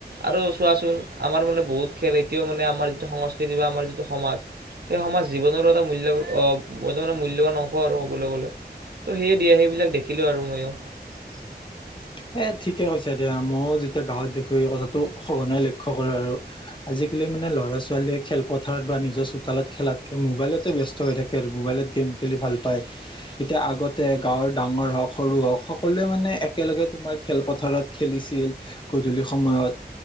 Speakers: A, on the right; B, on the left.
A: আৰু চোৱাচোন আমাৰ মানে বহুত খেল এতিয়াও মানে আমাৰ যিটো সংস্কৃতি বা আমাৰ যিটো সমাজ সেই সমাজ জীৱনৰো এটা মূল্য অ' মূল্যবান অংশ আৰু ক'বলৈ গ'লে। ত' সেয়ে দিয়া সেইবিলাক দেখিলো আৰু ময়ো।
B: <inaudible> এ ঠিকে কৈছা দে মইও যেতিয়া গাঁৱত দেখো এই কথাটো সঘনাই লক্ষ্য কৰো আৰু আজি। মানে ল'ৰা-ছোৱালীয়ে খেলপথাৰত বা নিজৰ চোতালত খেলাতকে মোবাইলতে ব্যস্ত হৈ থাকে আৰু মোবাইলত গেম। খেলি ভাল পায় এতিয়া আগতে গাঁৱৰ ডাঙৰ হওঁক, সৰু হওঁক সকলোৱে মানে একেলগে। তোমাৰ খেলপথাৰত খেলিছিল গধূলি সময়ত।